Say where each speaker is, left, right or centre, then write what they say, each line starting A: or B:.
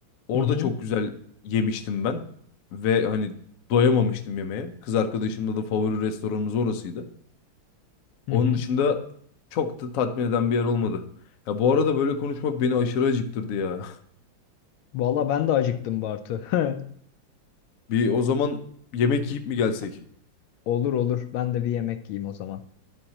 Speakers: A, on the left; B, on the left.
A: Orada
B: Hı hı.
A: çok güzel yemiştim ben. Ve hani doyamamıştım yemeğe. Kız arkadaşımla da favori restoranımız orasıydı.
B: Hı
A: Onun
B: hı.
A: dışında çok da tatmin eden bir yer olmadı. Ya bu arada böyle konuşmak beni aşırı acıktırdı ya.
B: Valla ben de acıktım Bartu. <laughs>
A: <laughs> Bir o zaman yemek yiyip mi gelsek?
B: Olur olur. Ben de bir yemek yiyeyim o zaman.